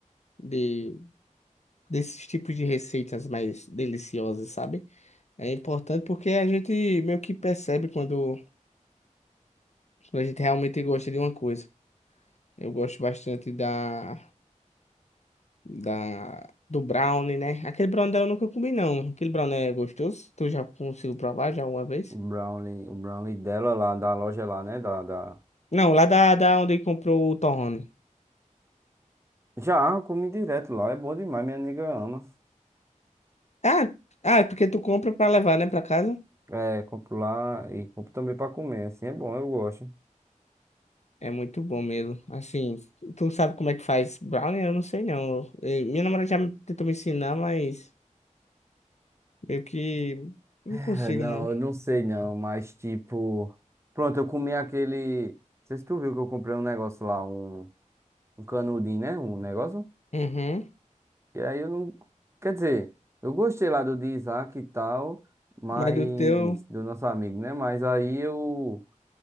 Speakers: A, on the left; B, on the right.
A: de desses tipos de receitas mais deliciosas, sabe? É importante porque a gente meio que percebe quando, quando a gente realmente gosta de uma coisa. Eu gosto bastante da, da, do brownie, né? Aquele brownie dela eu nunca comi, não. Aquele brownie é gostoso. Tu já conseguiu provar já uma vez?
B: o brownie, o brownie dela lá, da loja lá, né? Da, da...
A: Não, lá da, da onde comprou o torrone.
B: Já, eu comi direto lá, é bom demais, minha nega ama.
A: Ah, ah, é porque tu compra pra levar, né, pra casa?
B: É, compro lá e compro também pra comer, assim, é bom, eu gosto.
A: É muito bom mesmo. Assim, tu sabe como é que faz brownie? Eu não sei não. Eh, Minha namorada já me- tentou me ensinar, mas meio que não
B: É,
A: consigo
B: não,
A: não.
B: eu não sei não, mas tipo... Pronto, eu comi aquele... Não sei se tu viu que eu comprei um negócio lá, um, um canudinho, né? Um negócio.
A: Uhum.
B: E aí eu não... Quer dizer, eu gostei lá do de Isaac e tal, mas...
A: Mas do teu.
B: Do nosso amigo, né? Mas aí eu...